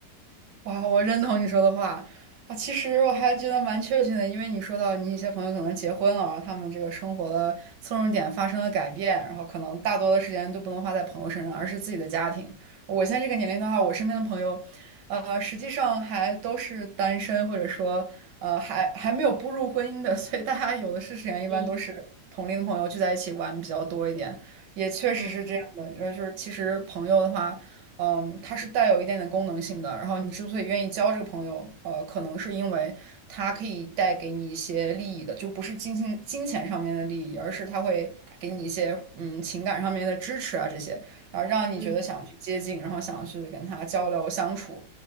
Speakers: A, on the right; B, on the left.
A: 哇，我认同你说的话啊！其实我还觉得蛮确切的，因为你说到你一些朋友可能结婚了，然后他们这个生活的侧重点发生了改变，然后可能大多的时间都不能花在朋友身上，而是自己的家庭。我现在这个年龄的话，我身边的朋友，呃，实际上还都是单身，或者说呃还还没有步入婚姻的，<laughs> 所以大家有的是时间，一般都是同龄的朋友聚在一起玩比较多一点，
B: 嗯
A: 也确实是这样的，
B: 嗯
A: 因为就是其实朋友的话。嗯，他是带有一点点功能性的。然后你之所以愿意交这个朋友，呃，可能是因为他可以带给你一些利益的，就不是金钱金钱上面的利益，而是他会给你一些嗯情感上面的支持啊这些，然后让你觉得想去接近，
B: 嗯
A: 然后想去跟他交流相处。